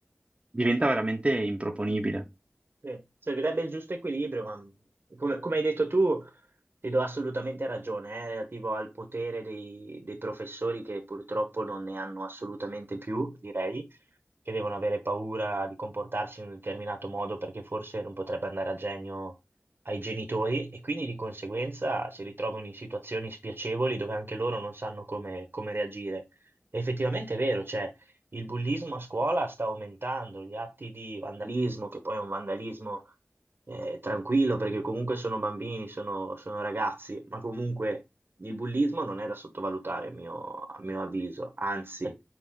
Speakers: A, on the right; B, on the right.
A: diventa veramente improponibile.
B: Sì, Servirebbe il giusto equilibrio, ma come, come hai detto tu, ti do assolutamente ragione, eh, relativo al potere dei, dei professori che purtroppo non ne hanno assolutamente più, direi che devono avere paura di comportarsi in un determinato modo perché forse non potrebbe andare a genio ai genitori e quindi di conseguenza si ritrovano in situazioni spiacevoli dove anche loro non sanno come, come reagire. E effettivamente è vero, cioè il bullismo a scuola sta aumentando, gli atti di vandalismo, che poi è un vandalismo eh, tranquillo perché comunque sono bambini, sono, sono ragazzi, ma comunque il bullismo non è da sottovalutare a mio, a mio avviso, anzi